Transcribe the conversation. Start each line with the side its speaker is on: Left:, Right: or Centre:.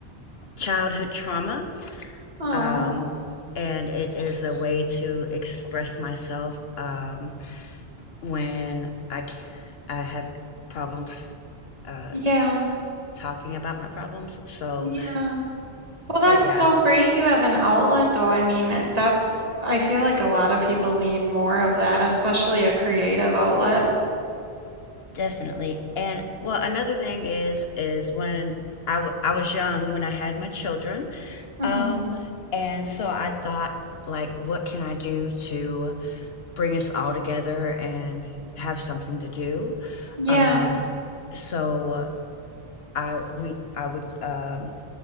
Left: childhood trauma.
Right: Oh,
Left: Um, and it is a way to express myself um, when I I have problems uh,
Right: yeah.
Left: talking about my problems. So,
Right: Yeah. Well,
Left: but
Right: that's
Left: yeah.
Right: so great you have an outlet though. I mean, that's I feel like a lot of people need more of that, especially a creative outlet.
Left: Definitely. And well, another thing is is when I w I was young when I had my children.
Right: Mm-hmm.
Left: Um, and so I thought like what can I do to bring us all together and have something to do?
Right: Yeah.
Left: Um, so I we I would um